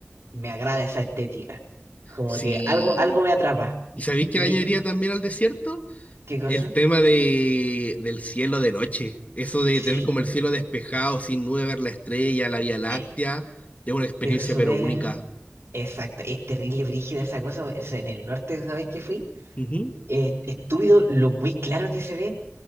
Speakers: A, on the right; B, on the left.
A: me agrada esa estética. Como
B: Sí.
A: que algo, algo me atrapa.
B: ¿Y sabéis que
A: Yo
B: le
A: creo
B: añadiría también al desierto?
A: ¿qué cosa?
B: El tema de, del cielo de noche, eso de
A: Sí,
B: tener como el cielo despejado, sin nube, ver la estrella, la Vía Láctea,
A: eh,
B: es una experiencia
A: pero súper
B: pero única.
A: exacto. Es terrible, brígida esa cosa. O sea, en el norte, ¿sabes qué fui?
B: Ujú.
A: Eh, estúpido lo muy claro que se ve.